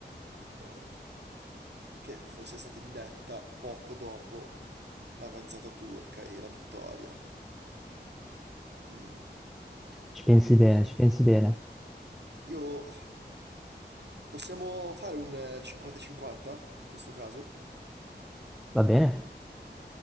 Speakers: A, on the right; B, in the centre.
A: eh, che fosse stata indetta poco dopo l'avanzata turca e la vittoria. Mm.
B: Ci pensi bene,
A: Di-
B: ci pensi bene.
A: Io... Possiamo fare un eh, 50-50 in questo caso?
B: Va bene?